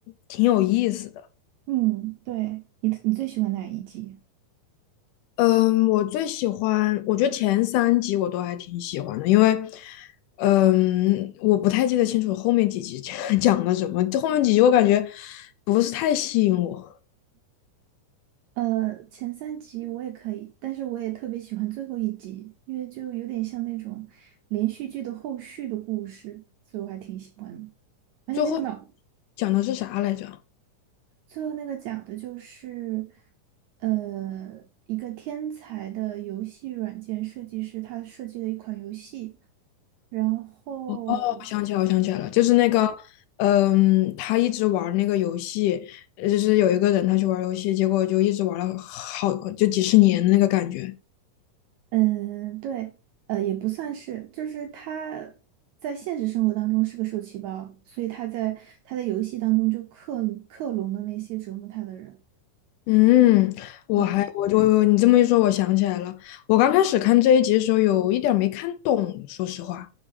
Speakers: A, on the left; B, on the right.
A: 挺有意思的。
B: 嗯，对，你你最喜欢哪一集？
A: 嗯，我最喜欢，我觉得前三集我都还挺喜欢的，因为，嗯，我不太记得清楚后面几集 <laughs> 讲了什么，这后面几集我感觉不是太吸引我。
B: 呃，前三集我也可以，但是我也特别喜欢最后一集，因为就有点像那种连续剧的后续的故事，所以我还挺喜欢的。而且那个脑，
A: 最后讲的是啥来着？哦，
B: 最后那个讲的就是，呃，一个天才的游戏软件设计师，他设计了一款游戏，然后，
A: 我想起来，我想起来了，就是那个，嗯，他一直玩那个游戏，呃就是有一个人他去玩游戏，结果就一直玩了好就几十年的那个感觉。
B: 嗯，对，呃，也不算是，就是他在现实生活当中是个受气包，所以他在他在游戏当中就克克隆了那些折磨他的人。
A: 嗯，我还我就，
B: 嗯，
A: 你这么一说，我想起来了。我刚开始看这一集的时候，有一点儿没看懂，说实话，